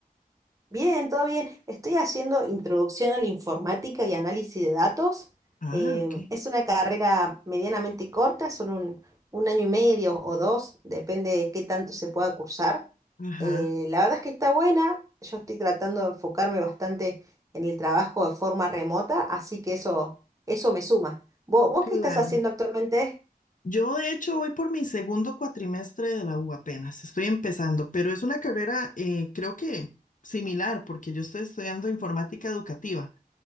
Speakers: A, on the right; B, on the left.
A: Bien, todo bien. Estoy haciendo introducción a la informática y análisis de datos.
B: Ah,
A: Em,
B: ok.
A: es una carrera medianamente corta, son un, un año y medio o dos, depende de qué tanto se pueda cursar.
B: Ajá,
A: Eh, la verdad es que está buena, yo estoy tratando de enfocarme bastante en el trabajo de forma remota, así que eso, eso me suma. ¿Vos, vos
B: claro.
A: qué estás haciendo actualmente?
B: Yo de hecho voy por mi segundo cuatrimestre de la U apenas, estoy empezando, pero es una carrera eh, creo que similar porque yo estoy estudiando informática educativa.